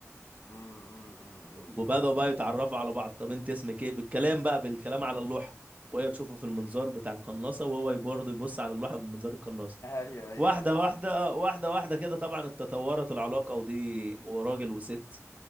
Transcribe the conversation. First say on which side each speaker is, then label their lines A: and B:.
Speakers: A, on the left (about 65°); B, on the right (about 30°).
A: امم امم امم
B: وبدأوا
A: أمم.
B: بقى يتعرفوا على بعض طب أنت اسمك إيه بالكلام بقى بالكلام على اللوحة وهي تشوفه في المنظار بتاع القناصة وهو برضه يبص على اللوحة بمنظار القناصة
A: <laughs> ايوه ايوه
B: واحدة
A: ايوه
B: واحدة آه، واحدة واحدة كده طبعا اتطورت العلاقة ودي وراجل وست